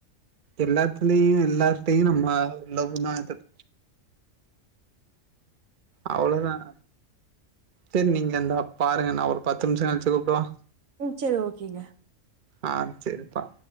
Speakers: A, on the right; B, on the right.
A: எல்லாத்துலயும் எல்லாத்தையும் நம்ம உவுதான் இம் அவ்வளவுதான் சரி நீங்க எந்தா பாருங்க நான் ஒரு பத்து நிமிஷம் கழிச்சு கூப்பிடுவா
B: ம் சரி ஓகேங்க
A: ஆ செரிப்பா